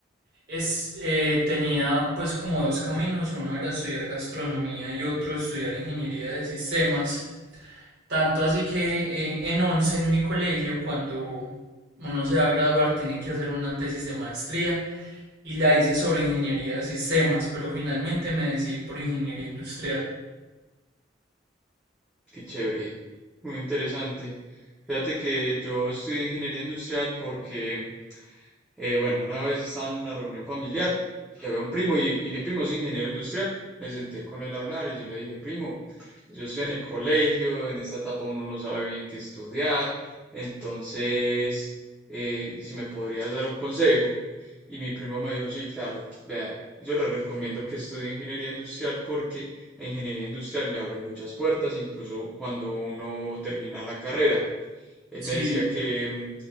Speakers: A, on the right; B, in the centre.
A: Es, eh, tenía pues como dos caminos, uno era estudiar gastronomía y otro estudiar ingeniería de sistemas. Tanto así que eh, en 11 en mi colegio, cuando uno se va a graduar, tiene que hacer una tesis de maestría y la hice sobre ingeniería de sistemas, pero finalmente me decidí por ingeniería industrial.
B: Qué chévere, muy interesante. Fíjate que yo estudié ingeniería industrial porque Eh, bueno, una vez estaba en una reunión familiar que había un primo y, y mi primo es ingeniero industrial. Me senté con él a hablar y yo le dije, primo, yo estoy en el colegio, en esta etapa uno no sabe bien qué estudiar, entonces, eh, si me podrías dar un consejo. Y mi primo me dijo, sí, claro, vea, yo le recomiendo que estudie ingeniería industrial porque la ingeniería industrial le abre muchas puertas, incluso cuando uno termina la carrera. Él
A: Sí,
B: me decía que mm,